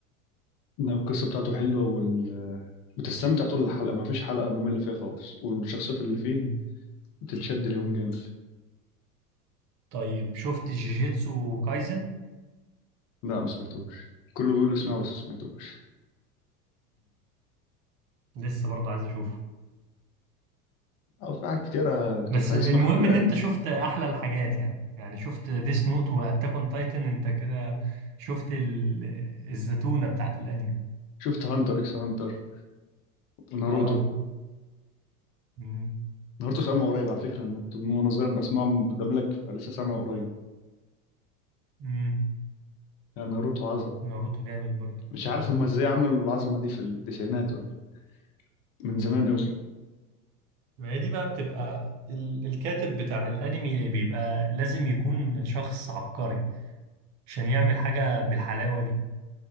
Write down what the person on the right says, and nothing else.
مم.
طيب شفت جيجيتسو كايزن؟
لسه برضه عايز اشوفه
بس
المهم
ان انت شفت احلى الحاجات يعني يعني شفت ديس نوت واتاك اون تايتن انت كده شفت ال... الزتونة بتاعت الانمي
اه امم
امم
ناروتو جامد برضه
اه
ما هي دي بقى بتبقى ال... الكاتب بتاع الانمي بيبقى لازم يكون شخص عبقري عشان يعمل حاجة بالحلاوة دي